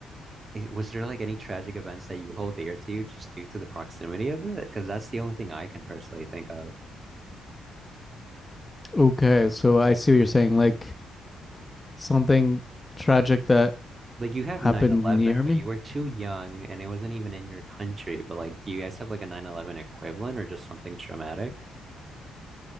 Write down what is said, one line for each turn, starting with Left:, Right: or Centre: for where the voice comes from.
Right: i- was there like any tragic events that you hold dear to you just due to the proximity of it? Because that's the only thing I can personally think of.
Left: Okay, so I see what you're saying. Like something tragic that
Right: Like you have
Left: happened
Right: nine eleven,
Left: near
Right: but
Left: me.
Right: you were too young and it wasn't even in your country. But like, do you guys have like a nine eleven equivalent or just something traumatic?